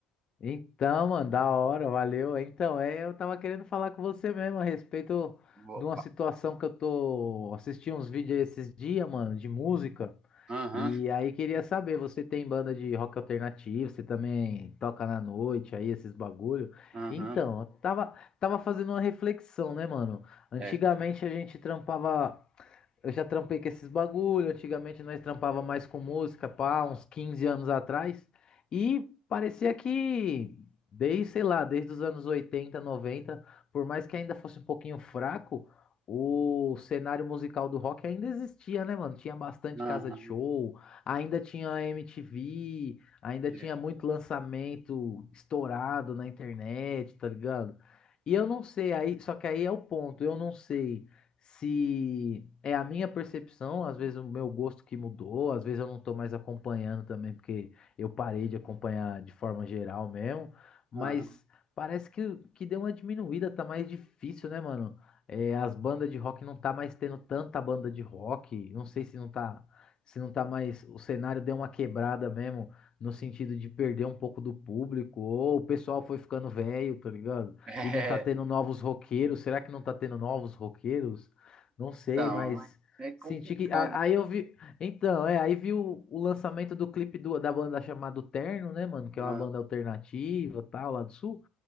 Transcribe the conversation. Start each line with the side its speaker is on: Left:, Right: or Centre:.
Left: Então, mano, da hora, valeu. Então, é, eu tava querendo falar com você mesmo a respeito
Right: Bo-
Left: de uma situação que eu tô assistindo uns vídeos esses dias, mano, de música.
Right: Aham,
Left: E aí queria saber, você tem banda de rock alternativo, você também toca na noite aí, esses bagulho?
Right: aham,
Left: Então, eu tava, tava fazendo uma reflexão, né, mano? Antigamente
Right: é,
Left: a gente trampava. Eu já trampei com esses bagulho. Antigamente nós trampava mais com música, pá, uns 15 anos atrás. E parecia que, desde, sei lá, desde os anos 80, 90, por mais que ainda fosse um pouquinho fraco, o cenário musical do rock ainda existia, né, mano? Tinha bastante
Right: aham,
Left: casa de show, ainda tinha MTV, ainda tinha
Right: é,
Left: muito lançamento estourado na internet, tá ligado? E eu não sei, aí, só que aí é o ponto, eu não sei se é a minha percepção, às vezes o meu gosto que mudou, às vezes eu não tô mais acompanhando também, porque eu parei de acompanhar de forma geral mesmo, mas
Right: aham.
Left: parece que, que deu uma diminuída, tá mais difícil, né, mano? É, as bandas de rock não tá mais tendo tanta banda de rock, não sei se não tá, se não tá mais, o cenário deu uma quebrada mesmo, no sentido de perder um pouco do público, ou o pessoal foi ficando velho, tá ligado?
Right: <laughs>
Left: e não tá tendo
Right: É,
Left: novos roqueiros. Será que não tá tendo novos roqueiros? Não sei,
Right: não,
Left: mas
Right: é complicado.
Left: senti que. a- Aí eu vi. Então, é, aí vi o, o lançamento do clipe do- da banda chamada Terno, né, mano? Que é
Right: Ah,
Left: uma banda alternativa, tal, lá do sul.